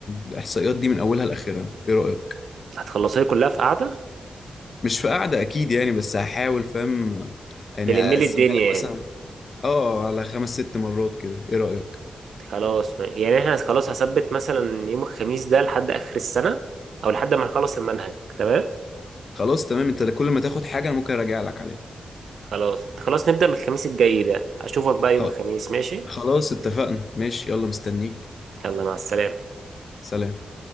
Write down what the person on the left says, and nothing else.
الاحصائيات دي من اولها لاخرها ايه رايك
مش في قعده اكيد يعني بس هحاول فاهم يعني
اقسمها
لك
مثلا اه على خمس ست مرات كده ايه رايك
خلاص تمام انت كل ما تاخد حاجه انا ممكن اراجع لك عليها
خ-
خلاص اتفقنا ماشي يلا مستنيك
سلام